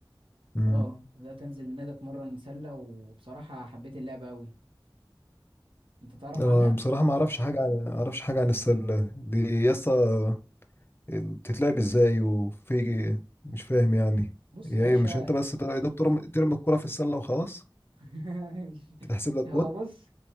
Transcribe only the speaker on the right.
اه بدأت انزل النادي اتمرن سلة وبصراحة حبيت اللعبة قوي انت تعرف
عنها
بص
يا باشا
<laughs>
هو
بص